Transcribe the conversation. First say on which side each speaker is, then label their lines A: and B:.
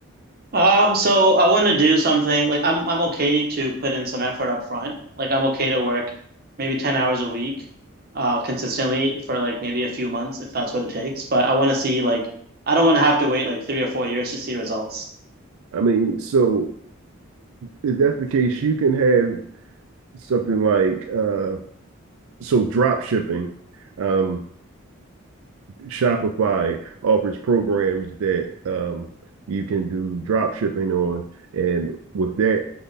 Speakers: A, on the right (about 45°); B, on the right (about 85°).
A: Um, so I want to do something like I'm I'm okay to put in some effort up front. Like I'm okay to work maybe 10 hours a week uh consistently for like maybe a few months if that's what it takes. But I want to see like I don't want to have to wait like three or four years to see results.
B: I mean, so if that's the case, you can have something like uh, so drop shipping. Um, Shopify offers programs that um, you can do drop shipping on, and with that,